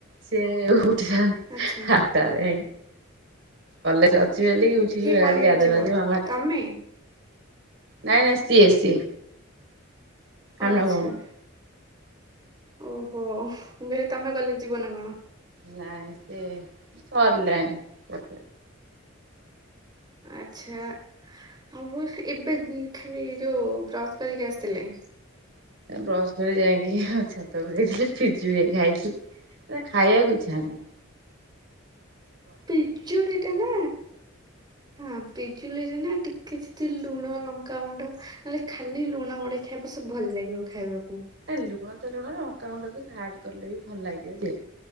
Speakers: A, on the right (about 60°); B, on the right (about 20°).
A: ସେି ଉଠିଥାାଆନ୍
B: ଆଚ୍ଛା
A: ଆଠଟାଇ କଲେଜ ଅଛି ବଲି ଉଠିକି
B: କିଏ
A: ବାହାରି
B: କଲେଜ
A: ଗାଧେଇ
B: ଯିବ?
A: ଫାଦେଇ ମାମା
B: ତମେ
A: ନାଇଁ ନାଇଁ ସିଏ ସିଏ ସାନ
B: ଆଚ୍ଛା
A: ଭଉଣୀ।
B: ଓହୋ ମୁଁ କହିଲି ତମେ କଲେଜ ଯିବ ନା କଣ
A: ନାଇଁ ସେ ସରିଲାଣି
B: ଆଚ୍ଛା ଆଉ ଏବେ ଖାଲି ଯୋଉ ବ୍ରସ୍ କରିକି ଆସିଲେ
A: ବ୍ରସ କରି ଯାଇଁକି ଆ ଛାତକୁ ଯାଇଥିଲି ପିଜୁଳି ଖାଇଥିଲି ସେ ଖାଇବାକୁ ଇଛା ହେଲାନି
B: ପିଜୁଳିଟା ନା ହଁ ପିଜୁଳି ରେ ନା ଟିକେ ଯଦି ଲୁଣ ଲଙ୍କାଗୁଣ୍ଡ ନହେଲେ ଖାଲି ଲୁଣ ମଡେଇ ଖାଇବ ସବ ଭଲ ଲାଗିବ ଖାଇବାକୁ
A: ହେ ଲୁଣ ତ ଲୁଣ ଲଙ୍କାଗୁଣ୍ଡ ବି ଆଡ କଲେ ବି ଭଲଲାଗିବ ଯେ